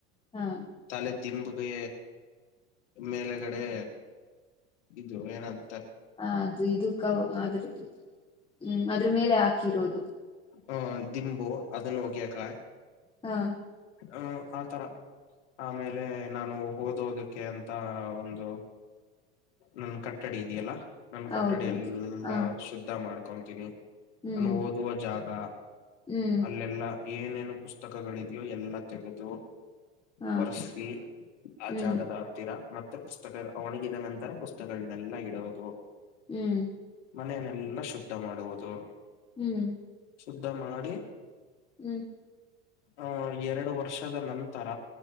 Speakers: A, on the left; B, on the left.
A: ಹಾ.
B: ತಲೆ ದಿಂಬಗೆ ಮೇಲೆಗಡೆ ಇದು ಏನದ.
A: ಹ ಅದು ಇದು ಕ ಅದ್ರದ್ದ ಹ್ಮ್ ಅದ್ರ ಮೇಲೆ ಹಾಕಿರೋದು.
B: ಹ ದಿಂಬು ಅದನ್ನು ಒಗಿಯಕ.
A: ಹಾ.
B: ಹ ಆತರ. ಆಮೇಲೆ ನಾನು ಓದೋದಕ್ಕೆ ಅಂತ ಒಂದು. ನನ್ನ ಕಟ್ಟಡಿ ಇದೆಯಲ್ಲಾ ನನ್ನ
A: ಹೌದೌದು
B: ಕೊಠಡಿ ಎಲ್ಲಾ
A: ಹ
B: ಶುದ್ಧ ಮಾಡ್ಕೊತೀನಿ.
A: ಹ್ಮ್
B: ನಾನು ಓದುವ ಜಾಗ
A: ಹ್ಮ್
B: ಅಲ್ಲೆಲ್ಲಾ ಏನೇನು ಪುಸ್ತಕಗ <unintelligible> ಎಲ್ಲ ತೆಗೆದು
A: ಹ
B: ಒರ್ಸಿ ಆ
A: ಹ್ಮ್
B: ಜಾಗದ ಹತ್ತೀರ ಮತ್ತ ಪುಸ್ತಕ ಒಣಗಿದ ನಂತರ ಪುಸ್ತಕಗಳನ್ನೆಲ್ಲ ಇಡೋದು.
A: ಹ್ಮ್.
B: ಮನೆಯನೆೆಲ್ಲಾ ಶುದ್ಧ ಮಾಡುವುದು.
A: ಹ್ಮ್.
B: ಶುದ್ಧ ಮಾಡಿ.
A: ಹ್ಞೂ.
B: ಆ ಎರಡು ವರ್ಷದ ನಂತರ.